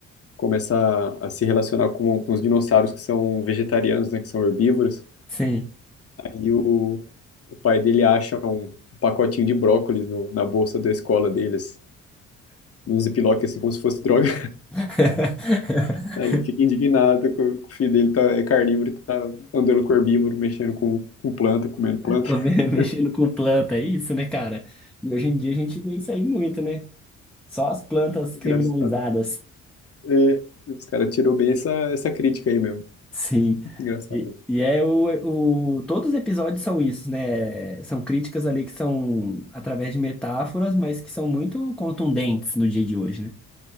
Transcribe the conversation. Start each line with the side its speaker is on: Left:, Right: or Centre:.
Left: começa a, a se relacionar com, com os dinossauros que são vegetarianos, né, que são herbívoros.
Centre: Sim.
Left: E o, o pai dele acha um, um pacotinho de brócolis no- na bolsa da escola dele, assim, num ziploc, assim, como se fosse droga.
Centre: <laughs>
Left: Aí ele fica indignado que o que o filho dele tá, é carnívoro, e tá andando com herbívoro, mexendo com, com planta, comendo planta.
Centre: Tô
Left: <laughs>
Centre: me- mexendo com planta, é isso, né, cara? E hoje em dia a gente vê isso aí muito, né? Só as plantas
Left: Engraçado.
Centre: criminalizadas.
Left: É, os caras tirou bem essa, essa crítica aí mesmo.
Centre: Sim.
Left: Muito Engraçado.
Centre: E, e é o, o. Todos os episódios são isso, né? São críticas ali que são através de metáforas, mas que são muito contundentes no dia de hoje, né?